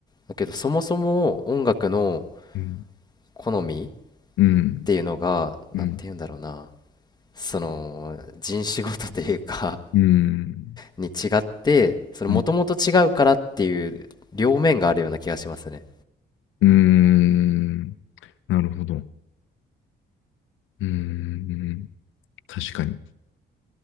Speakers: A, on the left; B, on the left.
A: だけど、そもそも音楽の
B: うん。
A: 好みっ
B: うん。
A: ていうのが、
B: うん。
A: なんて言うんだろうな、その、人種ごとというか
B: うん。
A: に違ってそのもともと違うからっていう両面があるような気がしますね
B: うんうんなるほど。うん。確かに。